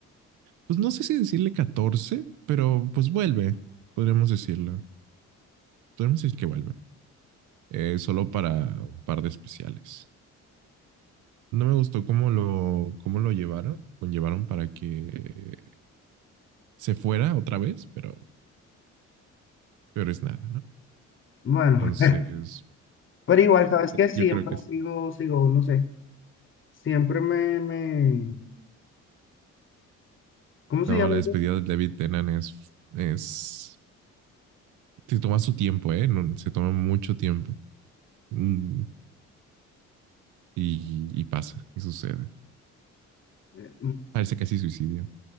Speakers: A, on the right (about 80°); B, on the left (about 40°).
A: Pues no sé si decirle 14, pero pues vuelve, podríamos decirlo. Podríamos decir que vuelve. eh, solo para un par de especiales. No me gustó cómo lo, cómo lo llevaron, conllevaron para que se fuera otra vez, pero peor es nada, ¿no?
B: Bueno,
A: Entonces,
B: <laughs> pero igual, ¿sabes que Siempre
A: yo creo que sí.
B: sigo, sigo, no sé, siempre me, me, ¿cómo se
A: No,
B: llama
A: la despedida
B: eso?
A: de David Tennant es, es, se toma su tiempo, ¿eh? No, se toma mucho tiempo. Mm, y, y pasa, y sucede.
B: Eh, mm,
A: Parece casi suicidio.